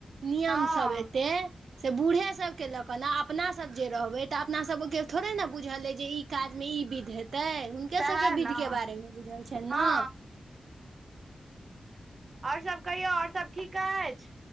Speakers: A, on the right (about 80°); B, on the right (about 40°).
A: नियमसब
B: हँ
A: एते से बूढ़ेसबकेँ लऽ कऽ ने अपनासब जे रहबै तऽ अपनासभ ओके थोड़े ने बुझल अछि जे ई काज मे ई विध हेतै हुनके
B: सएह
A: सबके विध
B: ने
A: के बारे मे बुझल छनि
B: हँ
A: न
B: ओर सब कहियौ ओर सब ठीक अछि